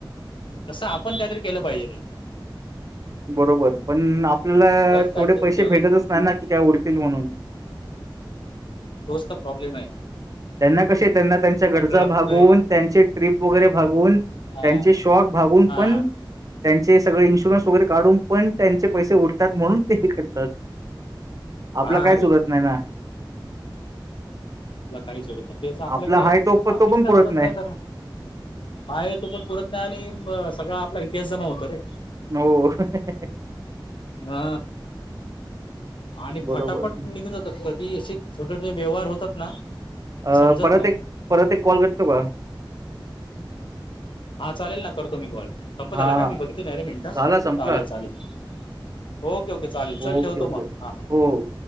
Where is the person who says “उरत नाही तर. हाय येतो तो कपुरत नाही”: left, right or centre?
Left